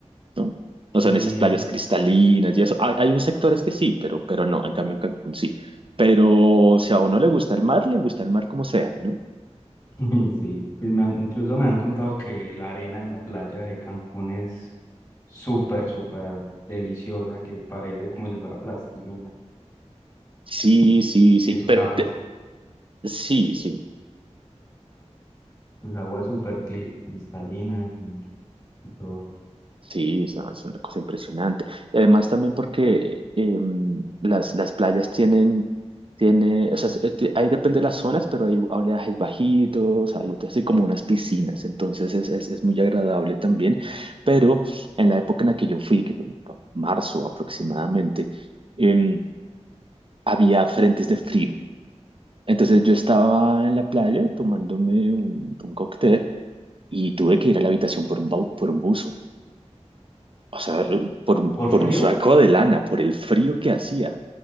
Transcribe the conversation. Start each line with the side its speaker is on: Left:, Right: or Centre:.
Right: ¿no?
Left: Sí,
Right: No son esas playas
Left: eso.
Right: cristalinas y eso. Hay, hay un sectores que sí, pero, pero no, en cambio en Cancún sí. Pero si a uno le gusta el mar, le gusta el mar como sea, ¿no?
Left: <laughs> Sí, pues me han- incluso me han contado que la arena de la playa de Cancún es súper, súper deliciosa, que parece como si fuera plastilina,
Right: Sí, sí, sí,
Left: que sus
Right: pero
Left: aguas,
Right: te- sí, sí.
Left: sus aguas súper cli- cristalinas y, y todo.
Right: Sí, es una es una cosa impresionante. Y además también porque eh, em, las, las playas tienen, tiene, o sea, es- eh, te- ahí depende de las zonas, pero hay oleajes bajitos, hay otras así como unas piscinas, entonces es, es, es muy agradable también. Pero en la época en la que yo fui, que fue marzo aproximadamente, em, había frentes de frío. Entonces yo estaba en la playa tomándome un, un cóctel y tuve que ir a la habitación por un, bau- por un buzo. O sea, por un, por
Left: ¿Por frío?
Right: un saco de lana, por el frío que hacía.